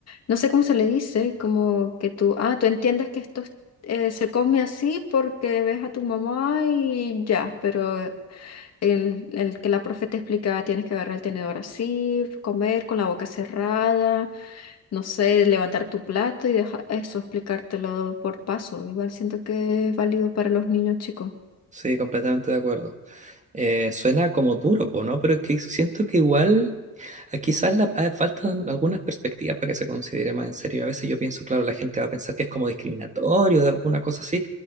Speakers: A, on the left; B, on the right.
A: no sé cómo se le dice, como que tú, ah, tú entiendes que esto es- eh, se come así porque ves a tu mamá y ya, pero el, el que la profe te explica, tienes que agarrar el tenedor así, comer con la boca cerrada. no sé, levantar tu plato y dejar eso, explicártelo por paso. Igual siento que es válido para los niños chicos.
B: sí, completamente de acuerdo. Eh, suena como duro, po, ¿no? Pero es que siento que igual... Ah, Quizás la- ah, faltan algunas perspectivas para que se considere más en serio. A veces yo pienso, claro, la gente va a pensar que es como discriminatorio de alguna cosa así,